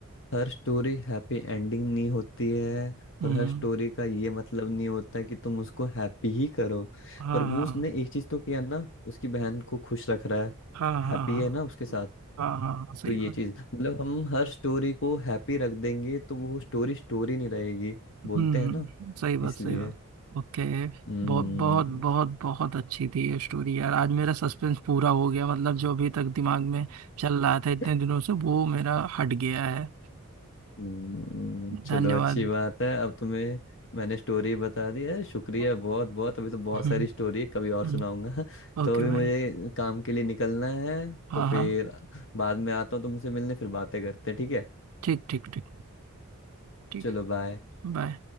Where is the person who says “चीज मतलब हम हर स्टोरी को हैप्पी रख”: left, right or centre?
Left